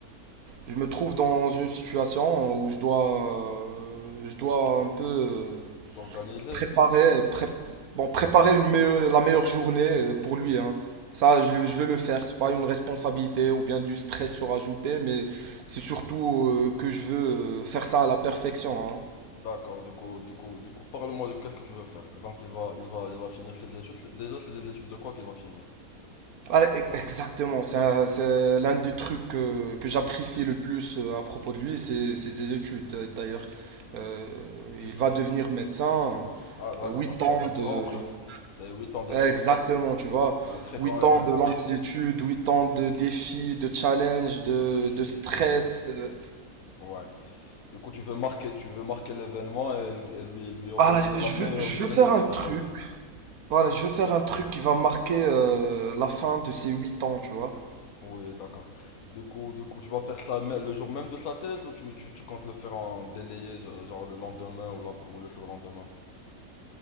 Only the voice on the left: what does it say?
T'organiser?
D'accord, du coup, du coup, du coup, parle-moi de qu'est-ce que tu veux faire. Donc, il va, il va, il va finir ses études. C'est- Déjà, c'est des études de quoi qu'il va finir?
Bon,
Qu'est-ce qu'il
fait?
Ah, d'accord,
donc c'est
un
grand truc. C'est 8 ans d'études.
C'est un très
grand
événement.
Le sacrifice
et tout.
Ouais. Du coup, tu veux marquer, tu veux marquer l'événement et, et lui, lui organiser
la meilleure
journée
de sa
vie,
en gros.
Oui, d'accord. Du coup, du coup, tu vas faire ça me- le jour même de sa thèse ou tu, tu, tu comptes le faire en délayé, ge- genre le lendemain ou, la- ou le surlendemain?